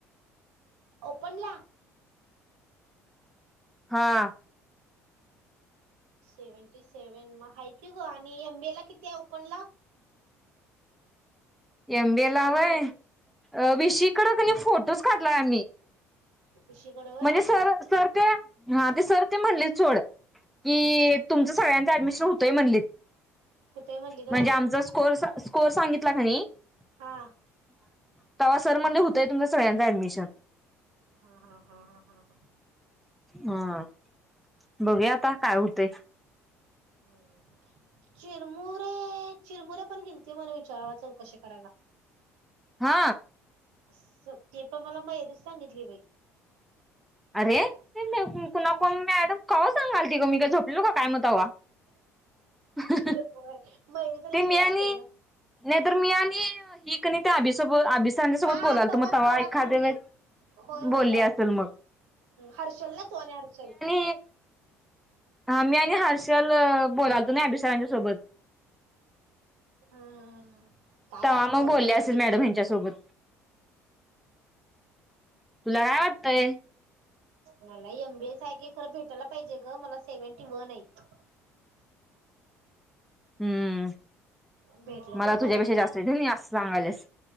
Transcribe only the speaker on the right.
ओपनला.
सेव्हनटी सेव्हन मग हाय की ग आणि एम. बी. ए. ला किती आहे ओपनला.
<inaudible> विशीकड होय.
कुठे म्हणली ग वय?
हा
हा हा हा हा हा
हम चिरमुरे चिरमुरे पण गेलती म्हण विचाराला चौकशी करायला
अस ते पण मला मयरीच सांगितली बाई
होय मयुरी तर लक्षाला
असते ना
हा
हा तवाच
तवाच
म्हणली.
होय होय
तवाच
हर्षल ना तोने हर्षल
हम्म. काय
कराय
कर
बाई
एमबीए
मला एमबीएस आहेी खर भेटायला पाहिजे ग मला सेव्हन वनयत
भेटलं
तर बरंच
आहे.